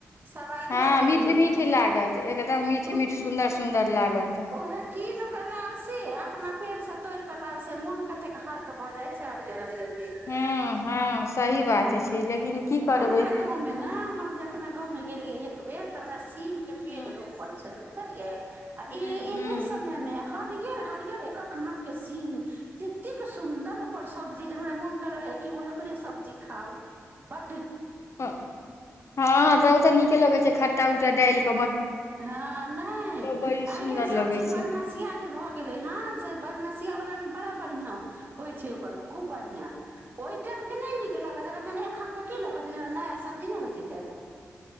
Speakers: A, on the right; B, on the left.
A: सवादे
B: हँ
A: अलग
B: मीठ
A: होइ छै
B: मीठ लागत एकदम मीठ मीठ सुन्दर सुन्दर लागत
A: उहे की ने कलाब से आ अपना पेड़सँ तोड़िकऽ कलाब से मोन कतेक हर्क भऽ जाय छै हरियर हरियर देख कें
B: हँ हँ सही बात
A: ह
B: छै लेकिन की करबै
A: हमरा गाँव मे ने हम जे अपना गाँव मे गेलियै एक बेर तऽ नीम के
B: हूं
A: पेड़ रोपल छल खेलिय
B: हूं
A: ई इह
B: हूं
A: समयमे हरियर हरियर एकक हाथ के सीन ततेक सुंदर ओकर सब्जी जे हमरा मोन करे हे कि ओ एकरे सब्जी खाउ ब
B: ओ हँ त ओ त ने लगे छै खटटा उट्टा डालिक
A: हँ नहि
B: बड़ी
A: आइ
B: सुन्दर
A: काल्हि सभचीज
B: लगै छै
A: बारमसियाा जे भऽ गेलै हन से बदमसियावलामे बड़ा बढ़िआँ होइ छै ओकर खूब बढ़िआं ओहि टाइम नहि नीक लगत एखन के लए जेना नया सब्जी नहि होइ छै तेना